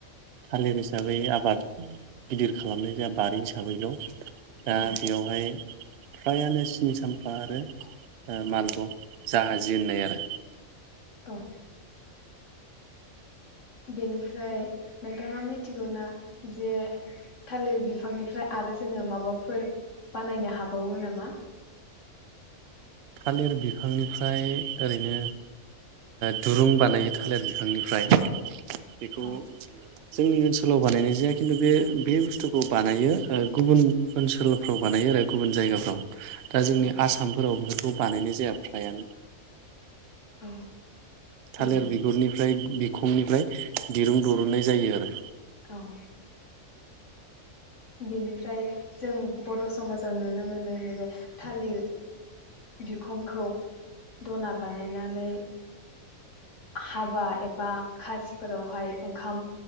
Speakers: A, on the right; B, on the left.
A: थालिर हिसाबै आबाद गिदिर खालामनाय जाया बारि हिसाबैल'। दा
B: औ
A: बेयावहाय फ्रायानो सिनि साम्फा आरो मालबक जाहाजि होननाय आरो।
B: औ। बेनिफ्राय नोंथाङा मिथिगौना जे थालिर बिफांनिफ्राय आरो जोङो माबाफोर बानायनो हाबावो नामा?
A: थालिर बिफांनिफ्राय ओरैनो दुरुं बानायो थालिर बिफांनिफ्राय। बेखौ
B: औ
A: जोंनि ओनसोलाव बानायनाय जायाखै खिन्थु बे बे बुस्थुखौ बानायो गुबुन ओनसोलफ्राव बानायो आरो गुबुन जायगाफ्राव दा जोंनि
B: औ
A: आसामफोराव बेफोर बेखौ बानायनाय जाया फ्रायानो
B: औ
A: थालिर
B: ओं
A: बिगुरनिफ्राय बिखंनिफ्राय दिरुं बरननाय जायो आरो
B: औ बेनिफ्राय जों बर समाजाव नुनो मोनो निबो थालिर बिफांखौ दना बानायनानै हाबा एबा खास फोरावहाय ओंखाम